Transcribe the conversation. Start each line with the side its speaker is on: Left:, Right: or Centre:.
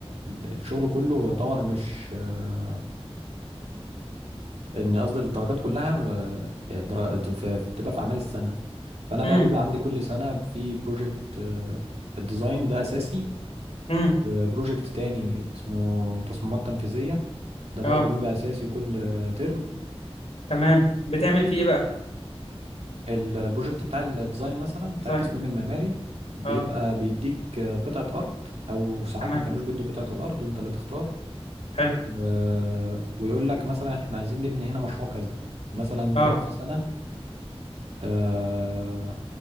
Right: ال- الشغل كله يعتبر مش آه، ان قصدي الدرجات كلها آه، در- في- في- بتبقى في اعمال السنه فانا بقى
Left: امم
Right: بيبقى عندي كل سنه في بروجكت آه، الديزاين ده اساسي
Left: امم
Right: وبروجكت تاني اسمه تصميمات تنفيذيه ده برضو
Left: اه
Right: بيبقى اساسي كل آه، ترم
Left: تمام بتعمل فيه إيه بقى؟
Right: ال- البروجكت بتاع الديزاين مثلا بتاع
Left: ديزاين
Right: التصميم المعماري بيبقى
Left: اه
Right: بيديك آه، قطعه ارض او ساعات
Left: تمام
Right: ما كانوش بيدوا قطعه الارض وانت اللي تختار
Left: حلو
Right: و- ويقول لك مثلا احنا عايزين نبني هنا مشروع كذا مثلا
Left: اه
Right: جت في سنه آه